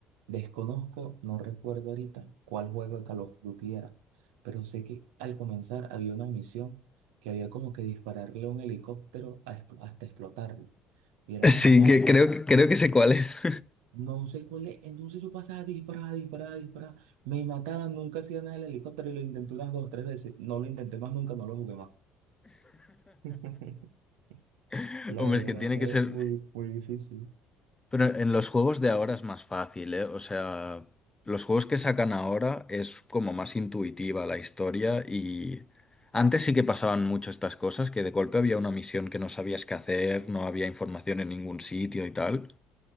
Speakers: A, on the right; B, on the left.
A: Desconozco, no recuerdo ahorita cuál juego de Call of Duty era, pero sé que al comenzar había una misión que había como que dispararle a un helicóptero a expl- hasta explotarlo. Mi hermano,
B: Sí,
A: o sea,
B: que creo, creo que sé cuál es.
A: no sé cuál es. Entonces yo pasaba disparada, disparada, disparada. Me mataban, nunca hacía nada el helicóptero y lo intenté unas dos o tres veces. No lo intenté más nunca, no lo jugué más. <laughs>
B: <laughs>
A: La
B: Hombre,
A: verdad
B: es que tiene
A: que
B: que ser.
A: es muy, muy difícil.
B: Pero en los juegos de ahora es más fácil, ¿eh? O sea, los juegos que sacan ahora es como más intuitiva la historia y antes sí que pasaban mucho estas cosas, que de golpe había una misión que no sabías qué hacer, no había información en ningún sitio y tal.